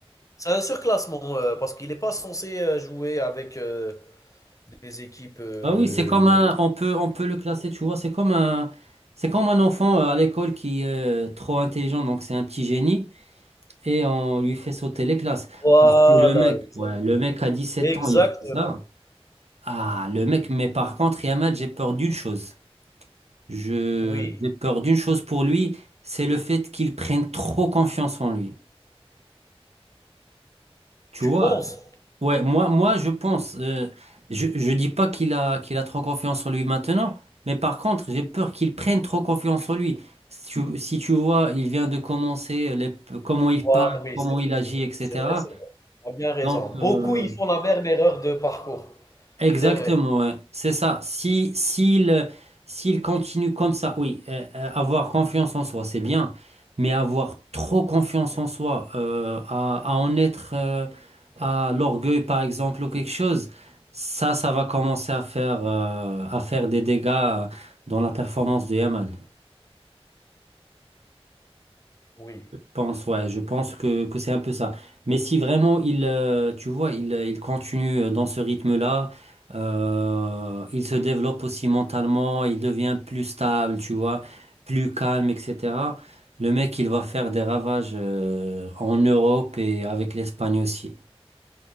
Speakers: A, on the left (about 30°); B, on the right (about 85°).
A: C'est un surclassement euh, parce qu'il n'est pas censé euh, jouer avec euh, des équipes. euh,
B: Bah oui, c'est comme un, on peut, on peut le classer, tu vois, c'est comme un, c'est comme un enfant euh, à l'école qui est euh, trop intelligent, donc c'est un petit génie, et on lui fait sauter les classes.
A: Voilà,
B: Parce que le mec,
A: exactement.
B: ouais, le mec à sept
A: Exactement.
B: ans, il fait ça. Ah, le mec, mais par contre, Yamal, j'ai peur d'une chose. Je,
A: Oui,
B: j'ai peur d'une chose pour lui, c'est le fait qu'il prenne trop confiance en lui. Tu
A: tu
B: vois,
A: penses?
B: Ouais, moi, moi, je pense, euh, je, je dis pas qu'il a, qu'il a trop confiance en lui maintenant, mais par contre, j'ai peur qu'il prenne trop confiance en lui. Si tu, si tu vois, il vient de commencer, les- comment il
A: Voi
B: parle,
A: oui,
B: comment
A: c'est vrai,
B: il agit, etc.
A: c'est vrai. C'est vrai, Tu as bien raison.
B: Donc,
A: Beaucoup,
B: euh,
A: ils font la même erreur de parcours.
B: Exactement,
A: C'est vrai.
B: ouais. C'est ça. Si, s'il, s'il continue comme ça, oui, euh, euh, avoir confiance en soi, c'est bien, mais avoir trop confiance en soi, euh, à, à en être, euh, à l'orgueil, par exemple, ou quelque chose, ça, ça va commencer à faire, euh, à faire des dégâts dans la performance de Yamal.
A: Oui,
B: pense, ouais, je pense que, que c'est un peu ça. Mais si vraiment il, euh, tu vois, il, euh, il continue euh, dans ce rythme-là, euh, il se développe aussi mentalement, il devient plus stable, tu vois, plus calme, etc. Le mec, il va faire des ravages, euh, en Europe et avec l'Espagne aussi.